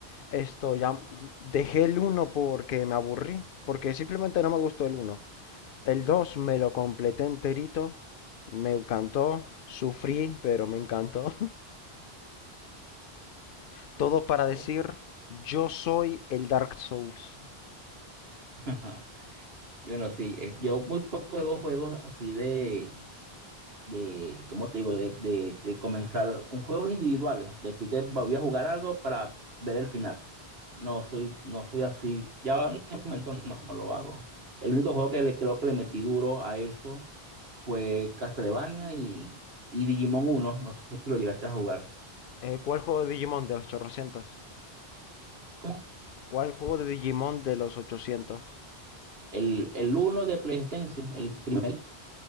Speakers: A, on the left; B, on the right.
A: Esto ya mm, dejé el uno porque me aburrí, porque simplemente no me gustó el uno El 2 me lo completé enterito, me encantó, sufrí, pero me encantó. <laughs> Todo para
B: Oh.
A: decir, yo soy el Dark Souls.
B: <laughs> Bueno, sí, eh, yo muy poco juego juegos así de, de, ¿cómo te digo? De, de, de comenzar un juego individual, decir que voy a jugar algo para ver el final. No soy, no soy así. Ya en el momento no, no lo hago. El único juego que le, creo que le metí duro a eso fue Castlevania y, y Digimon uno No sé si lo llegaste a jugar.
A: Eh, ¿cuál juego de Digimon de los 800?
B: ¿Cómo?
A: ¿Cuál juego de Digimon de los 800?
B: El, el uno de PlayStation, el primerito.